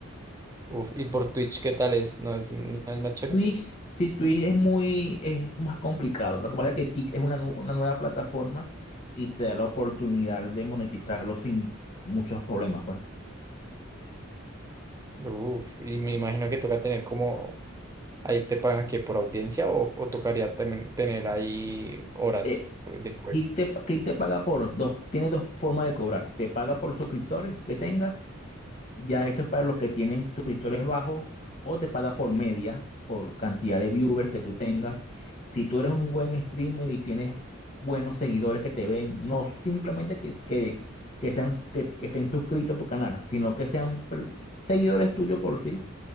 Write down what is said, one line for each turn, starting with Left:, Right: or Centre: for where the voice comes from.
Right: Uf, y por Twitch, ¿qué tal es? ¿No es, no es más chévere?
Left: Twitch, sí, Twitch es muy, es más complicado. Lo que pasa es que Kick es una, nu- una nueva plataforma y te da la oportunidad de monetizarlo sin muchos problemas, pues.
Right: Uf, y me imagino que toca tener como Ahí te pagan que por audiencia o, o tocaría también tener ahí horas
Left: Eh,
Right: de juego.
Left: Kick te, Kick te paga por dos, tiene dos formas de cobrar. Te paga por suscriptores que tengas Ya eso es para los que tienen suscriptores bajos o te paga por media, por cantidad de viewers que tú tengas. Si tú eres un buen streamer y tienes buenos seguidores que te ven, no simplemente que, que, que sean, que, que estén suscritos a tu canal, sino que sean per- seguidores tuyos por sí,